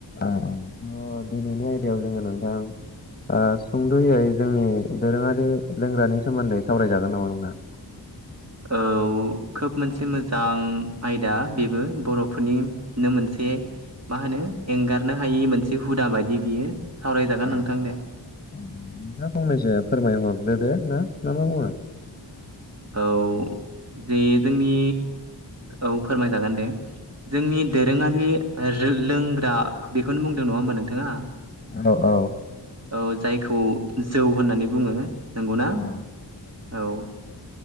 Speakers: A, on the left (about 20°); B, on the right (about 35°).
A: औ औ दिनैनि आयदायाव जोङो नोंथां ओ सुंद'यै जोंनि दोरोङारि लोंग्रानि सोमोन्दै सावराय जागोन नामा नोंथां
B: औ खोब मोनसे मोजां आयदा बेबो बर'फोरनिनो मोनसे मा होनो एंगारनो हायि मोनसे हुदा बादि बियो सावरायजागोन
A: ओ
B: नोंथां
A: ओ औ
B: दे
A: नोंथाङा फंनैसो फोरमायहर ग्रोदो ना नामा बुङो
B: औ जे जोंनि औ फोरमायजागोन दे जोंनि दोरोङारि रो-लोंग्रा बेखौनो बुंदों नङा होमबा नोंथाङा
A: औ औ
B: औ जायखौ जौ होननानै बुङो नंगौना
A: औ
B: औ